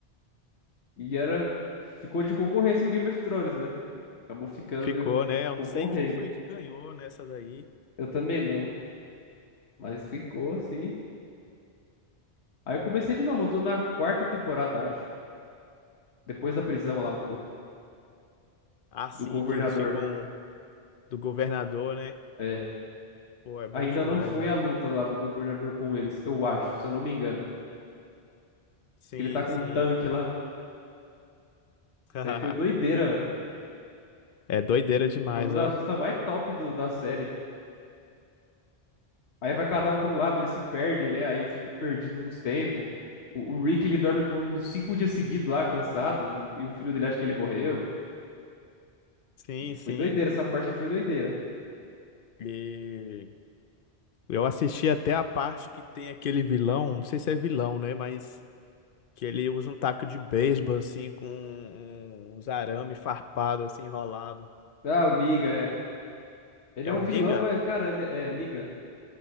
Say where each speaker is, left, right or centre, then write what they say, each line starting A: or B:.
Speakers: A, on the left; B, on the left.
A: E era, ficou de concorrência com Game of Thrones, né? Acabou ficando
B: Ficou,
A: meio
B: né? Eu
A: concorrendo.
B: não sei quem foi que ganhou nessa daí.
A: Eu também não, mas ficou assim. Aí eu comecei de novo, eu tô na quarta temporada, acho. Depois da prisão lá um pouco,
B: Assim
A: do governador.
B: que eles ficam do governador, né?
A: É,
B: Pô, é bom
A: ainda
B: demais,
A: não foi
B: olha.
A: a luta lá do governador com eles, eu acho, se eu não me engano.
B: Sim,
A: Que ele tá com
B: sim.
A: um tanque lá.
B: <laughs>
A: Isso aí foi doideira, velho.
B: É doideira demais,
A: Foi uma das
B: ó.
A: lutas mais top do- da série. Aí vai cada um pra um lado, eles se perdem, né? Aí fica perdido nos tempos. O, o Rick, ele dorme por uns cinco dias seguidos lá, cansado. o- E o filho dele acha que ele morreu.
B: Sim, sim.
A: Foi doideira, essa parte aí foi doideira.
B: E Eu assisti até a parte que tem aquele vilão, não sei se é vilão, né? Mas que ele usa um taco de beisebol, assim, com um- uns arame farpado, assim, enrolado.
A: Ah, o Negan, é. Ele
B: É
A: é
B: o
A: um vilão,
B: Niga?
A: mas, cara, ele é Negan.